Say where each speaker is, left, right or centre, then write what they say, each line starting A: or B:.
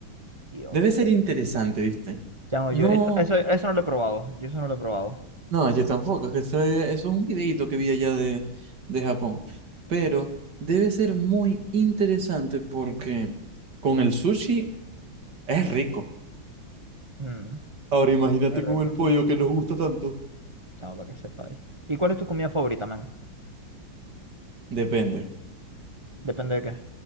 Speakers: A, on the right; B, on the right.
A: Dios.
B: Debe ser interesante, ¿viste?
A: Chamo,
B: No.
A: yo eso, eso, eso no lo he probado, yo eso no lo he probado.
B: No, yo tampoco, es que eso es, eso es un videíto que vi allá de, de Japón. Pero debe ser muy interesante porque con el sushi es rico.
A: Mm,
B: Ahora imagínate
A: qué rico.
B: con el pollo que nos gusta tanto.
A: Chamo, para que sepáis. ¿Y cuál es tu comida favorita, man?
B: Depende.
A: Depende de qué.